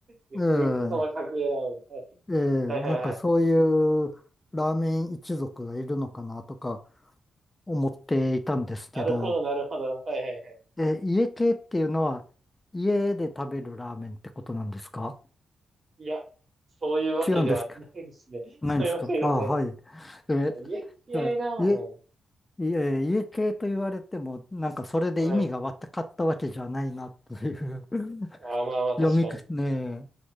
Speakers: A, on the right; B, on the left.
A: ですか。
B: え
A: よくこの家系ラーメン。はい
B: えええなんかそういうラーメン一族がいるのかなとか
A: はいはいはい。
B: 思っていたんですけど、
A: なるほど、なるほど。はいはいはい。
B: え、家系っていうのは家で食べるラーメンってことなんですか
A: いや、そういうわけではないですね。
B: 違うんですかないんですかああ、
A: そういうわけではないですね。
B: はい。え、
A: 家系ラーメン。
B: じゃあ、家いえ <laughs>、家系と言われても、なんかそれで意味がわかったわけじゃないなという
A: はい。
B: <laughs>
A: あー、まあまあ、
B: 読みくねえ、
A: 確かに。